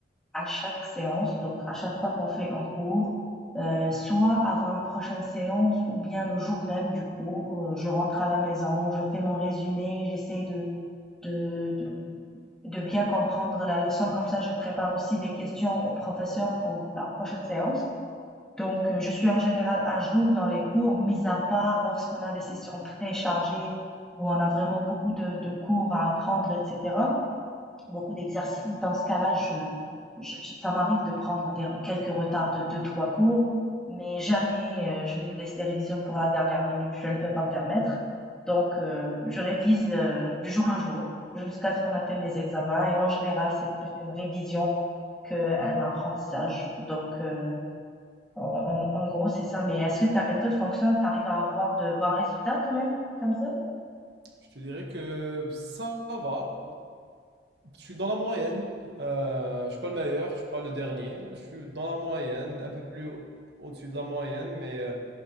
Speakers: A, in the centre; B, on the right (about 65°).
A: à chaque séance, donc à chaque fois qu'on fait un cours, euh, soit avant la prochaine séance ou bien le jour même du cours, euh, je rentre à la maison, je fais mon résumé, j'essaie de, de, de, de bien comprendre la leçon, comme ça je prépare aussi des questions au professeur pour la prochaine séance. Donc euh, je suis en général à jour dans les cours, mis à part lorsqu'on a des sessions très chargées où on a vraiment beaucoup de, de cours à apprendre, etc beaucoup d'exercices. Dans ce cas-là, je, je- ça m'arrive de prendre des- quelques retards de deux, trois cours, mais jamais euh, je ne laisse les révisions pour la dernière minute. Je ne peux pas me permettre. Donc, euh, je révise euh, du jour le jour jusqu'à ce qu'on atteigne les examens. Et en général, c'est plus une révision qu'un apprentissage. Donc, euh, en, en- en gros, c'est ça. Mais est-ce que ta méthode fonctionne? T'arrives à avoir de bons résultats quand même, comme ça?
B: Je te dirais que ça va. Je suis dans la moyenne. Euh, je suis pas le meilleur, je suis pas le dernier. là. Je suis dans la moyenne, un peu plus au- au-dessus de la moyenne, mais euh,